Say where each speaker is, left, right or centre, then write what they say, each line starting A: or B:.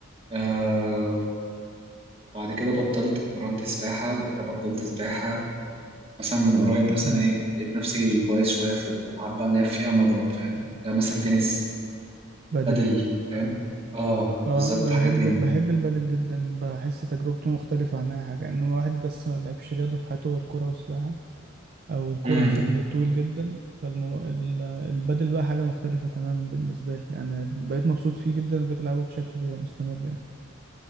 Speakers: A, on the right; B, on the right.
A: آه، وبعد كده بطلت اتمرنت سباحة وبعد كده بطلت سباحة مثلا من قريب مثلا
B: مم.
A: ايه لقيت نفسي كويس شوية في الألعاب بقى اللي هي فيها مضرب فاهم زي مثلا تنس
B: بدل
A: بدل فاهم اه
B: اه
A: بالظبط
B: انا
A: حاجات
B: بحب
A: من دي
B: بحب البدل جدا بحس تجربته مختلفه عن اي حاجه انما واحد بس ما لعبش رياضه في حياته غير كوره وسباحه او الكوره
A: امم
B: بشكل طويل جدا فالمو... ال- البدل بقى حاجه مختلفه تماما بالنسبه لي يعني بقيت مبسوط فيه جدا وبقيت العبه بشكل مستمر يعني